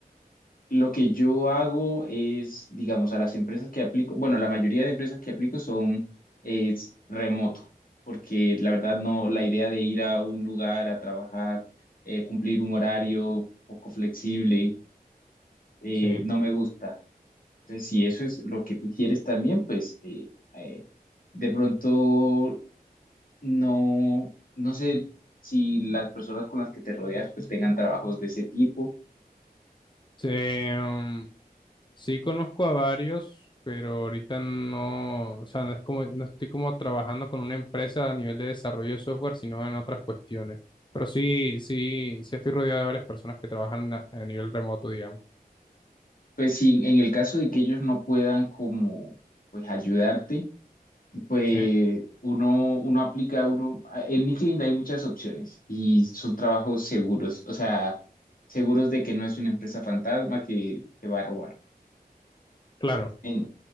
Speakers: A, on the left; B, on the left.
A: Lo que yo hago es, digamos, a las empresas que aplico, bueno, la mayoría de empresas que aplico son es remoto, porque la verdad no, la idea de ir a un lugar a trabajar, eh, cumplir un horario poco flexible, eh,
B: sí.
A: no me gusta. Entonces, si eso es lo que tú quieres también, pues eh, eh, de pronto no, no sé si las personas con las que te rodeas pues tengan trabajos de ese tipo
B: Sí, mm, sí conozco a varios, pero ahorita no, o sea, no es como, no estoy como trabajando con una empresa a nivel de desarrollo de software, sino en otras cuestiones. Pero sí, sí, sí estoy rodeado de varias personas que trabajan a, a nivel remoto, digamos.
A: Pues sí, en el caso de que ellos no puedan como pues ayudarte, pues
B: Sí,
A: uno, uno aplica, uno, en LinkedIn hay muchas opciones y son trabajos seguros, o sea, seguros de que no es una empresa fantasma que te va a robar.
B: claro,
A: En-